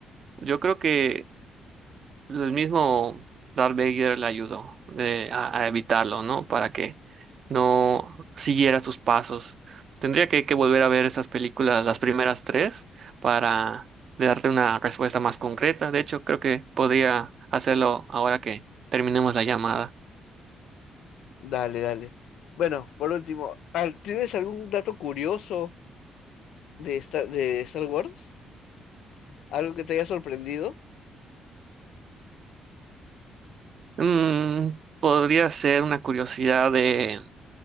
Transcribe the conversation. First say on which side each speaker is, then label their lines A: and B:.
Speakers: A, on the right; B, on the left.
A: Yo creo que el mismo Darth Vader le ayudó eh, a, a evitarlo, ¿no? Para que no siguiera sus pasos. Tendría que, que volver a ver estas películas, las primeras tres, para darte una respuesta más concreta. De hecho, creo que podría hacerlo ahora que terminemos la llamada.
B: Dale, dale. Bueno, por último, al- ¿tienes algún dato curioso? de Star, de Star Wars? ¿Algo que te haya sorprendido?
A: Mm, podría ser una curiosidad de...